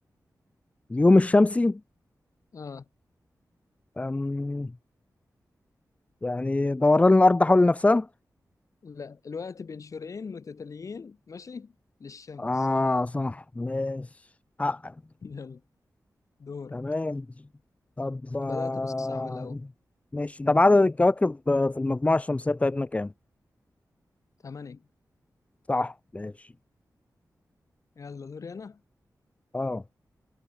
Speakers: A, on the left; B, on the left.
A: اليوم الشمسي
B: اه
A: أم... يعني دوران الأرض حول نفسها
B: لا الوقت بين شروقين متتاليين ماشي للشمس
A: آه صح ماشي حقك
B: يلا دورك
A: تمام طب آه،
B: بدأت بالصعب الاول
A: ماشي طب عدد الكواكب في المجموعة الشمسية بتاعتنا كام؟
B: ثمانية
A: صح ماشي
B: يلا دوري انا
A: اه